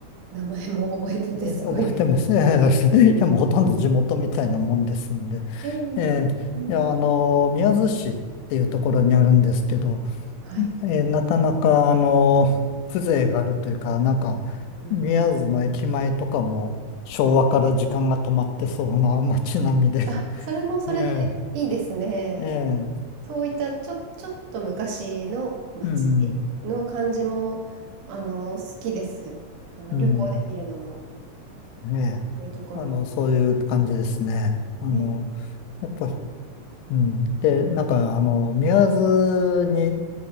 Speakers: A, on the right; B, on the left.
A: 名前も覚えててすごいですね。
B: えー覚えてます。えー <laughs> いや、もうほとんど地元みたいなもんですんで。
A: <laughs> ええええ
B: えーいや、あのー宮津市っていうところにあるんですけど、
A: はい。
B: えーなかなか、あのー風情があるというか、なんか、
A: うん。
B: 宮津の駅前とかも昭和から時間が止まってそうな <laughs> 街並みで。
A: あ、それもそれでいいですね。
B: <laughs> ええええ
A: そういったちょ、ちょっと昔の街
B: うん
A: の感じも、あの、好きです。あの、
B: うん、
A: 旅行で見るのも、
B: うん、ええあの、
A: こういうところ。
B: そういう感じですね。あの、
A: えー
B: やっぱ、うん。で、なんか、あの、宮津に、す